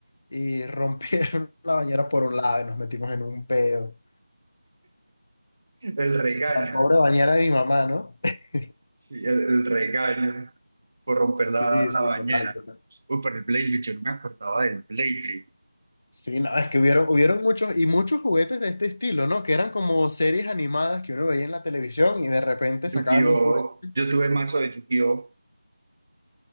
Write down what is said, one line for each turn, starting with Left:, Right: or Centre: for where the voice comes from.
Left: y rompieron <laughs> la bañera por un lado y nos metimos en un peo.
Right: El regaño,
Left: La pobre bañera de mi mamá, ¿no? <laughs>
Right: sí, el, el regaño por romper
Left: Sí,
Right: la, la
Left: sí,
Right: bañera.
Left: total, total.
Right: Uy, pero el Beyblade, yo no me acordaba del Beyblade.
Left: Sí, nada es que hubieron, hubieron muchos y muchos juguetes de este estilo, ¿no? Que eran como series animadas que uno veía en la televisión y de repente sacaban
Right: Yu-Gi-Oh!
Left: un juguete.
Right: Yo tuve mazo de Yu-Gi-Oh!